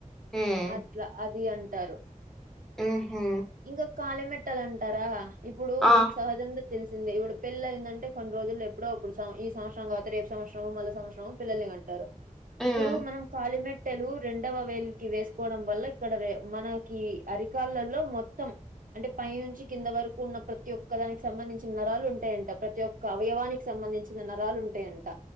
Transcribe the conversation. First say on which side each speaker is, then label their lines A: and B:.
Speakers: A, in the centre; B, on the right.
A: హ్మ్
B: అట్లా అది అంటారు.
A: ఉహూ
B: ఇంకా కాలి మెట్టెలంటారా ఇప్పుడు మనకు
A: ఆ
B: సహజంగా తెలిసిందే ఇప్పుడు పెళ్లి అయిందంటే కొన్ని రోజులు ఎప్పుడో అప్పుడు స ఈ స కాపోతే రేపు సంవత్సరం మళ్ల సంవత్సరం పిల్లల్ని అంటారు
A: హ్మ్
B: ఇప్పుడు మనం కాళీమేట్ మెట్టెలు రెండవ వేలుకి వేసుకోవడం వల్ల ఇక్కడ రె మనకి అరికాళ్ళలో మొత్తం అంటే పై నుంచి కింద వరకు ఉన్న ప్రతి ఒక్క దానికి సంబంధించిన నరాలు ఉంటాయంట ప్రతి ఒ క్క అవయవానికి సంబంధించిన నరాలు ఉంటాయంట